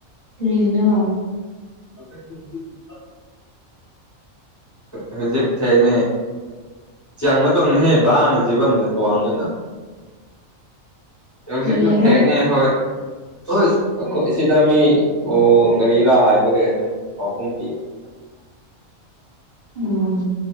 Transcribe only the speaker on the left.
<unintelligible> ꯍꯧꯖꯤꯛ ꯊꯦꯡꯉꯦ ꯆꯥꯡꯅ ꯇꯧꯅꯍꯦ ꯚꯥꯅ ꯖꯤꯕꯗ ꯇ꯭ꯋꯥꯡꯉꯅ ꯑꯦꯖꯤꯛ
ꯀ
ꯊꯩ ꯅ ꯍꯣꯏ ꯑꯣꯏ ꯑꯩꯈꯣꯏ ꯁꯤꯗ ꯃꯤ ꯑꯣ ꯀꯔꯤꯔꯥ ꯍꯥꯏꯕꯒ ꯑꯗꯨꯝ ꯄꯥꯎꯈꯨꯝ ꯄꯤꯕꯅꯦ